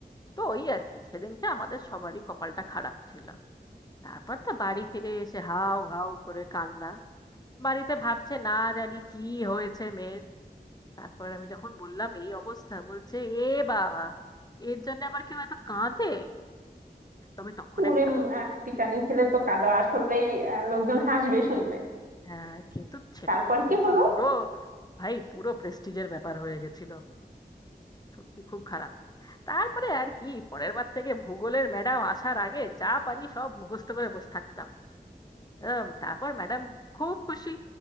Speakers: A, on the left; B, on the right.
A: তো ওই আর কি সেদিনকে আমাদের সবারই কপালটা খারাপ ছিল তারপর তো বাড়ি ফিরে এসে হাউ হাউ করে কান্না বাড়িতে ভাবছে না জানি কি হয়েছে মেয়ের তারপর আমি যখন বললাম এই অবস্থা বলছে এ বাবা এর জন্য আবার কেউ এত কাঁদে তবে তখন
B: স্কুলে
A: একটা
B: উম, আহ, পিটানি
A: কিন্তু
B: খেলে তো কাদা আসলেই আহ, লোকজন হাসবে শুনলে
A: হ্যাঁ কিন্তু সে
B: তারপর
A: তখন কিন্তু
B: কি হলো
A: পুরো ভাই পুরো প্রেস্টিজের ব্যাপার হয়ে গেছিল সত্যি খুব খারাপ তারপরে আর কি পরের বার থেকে ভূগোলের ম্যাডাম আসার আগে যা পারি সব মুখস্থ করে বসে থাকতাম উম, তারপর ম্যাডাম খুব খুশি